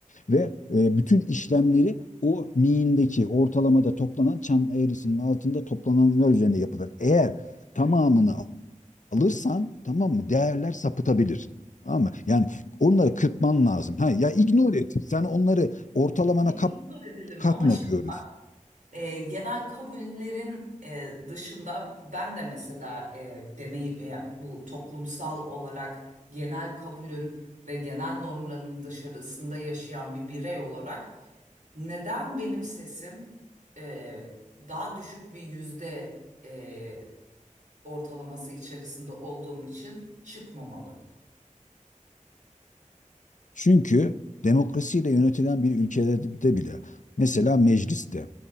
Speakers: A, on the left (about 70°); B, on the right (about 75°).
A: Ve e, bütün işlemleri o miğindeki ortalamada toplanan çan eğrisinin altında toplananlar üzerine yapılır. Eğer tamamını alırsan tamam mı değerler sapıtabilir. Tamam mı? Yani onları kırpman lazım. Ha, ya ignore et. Sen onları ortalamana
B: Niye
A: kap,
B: ignore edelim?
A: katma
B: Ama şimdi
A: diyoruz.
B: bak. e, genel kabullerin e, dışında ben de mesela e, deney e, bu toplumsal olarak genel kabulün ve genel normların dışarısında yaşayan bir birey olarak neden benim sesim e, daha düşük bir yüzde e, ortalaması içerisinde olduğum için çıkmamalı?
A: Çünkü demokrasiyle yönetilen bir ülkede bile mesela mecliste